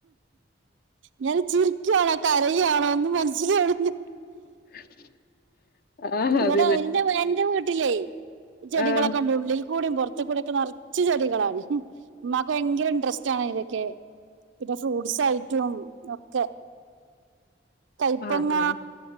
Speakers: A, on the right (about 75°); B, on the left (about 55°).
A: ഞാൻ ചിരിക്കയാണോ കരയുവാണോ ഒന്നും മനസ്സിലാവണില്ല
B: <unintelligible> ആഹ്
A: ഇവിടെ
B: അത്
A: എന്റെ എന്റെ വീട്ടിലേ ചെടികളൊക്കെ
B: ആഹ്
A: ഉണ്ട് ഉള്ളിൽ കൂടിയും പുറത്ത് പുറത്ത് കൂടൊക്കെ നിറച്ച് ചെടികളാണ് ഉമ്മാക്ക് ഭയങ്കര ഇൻട്രസ്റ്റ് ആണ് അതിലൊക്കെ പിന്നെ ഫ്രൂട്സ് ഐറ്റോം ഒക്കെ കയ്‌പ്പങ്ങ
B: ആഹ് ആഹ്